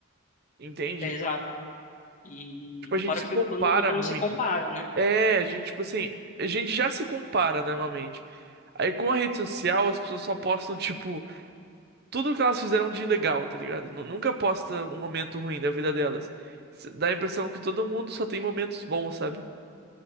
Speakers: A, on the right (about 50°); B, on the left (about 35°).
A: entende?
B: É exato. E
A: Tipo, a gente
B: fora
A: se
B: que
A: compara
B: quando você
A: muito.
B: não se compara, né?
A: É, a gente, tipo assim, a gente já se compara normalmente. Aí com a rede social, as pessoas só postam, tipo. tudo que elas fizeram de legal, tá ligado? Nu- Nunca posta um momento ruim da vida delas. S- Dá a impressão que todo mundo só tem momentos bons, sabe?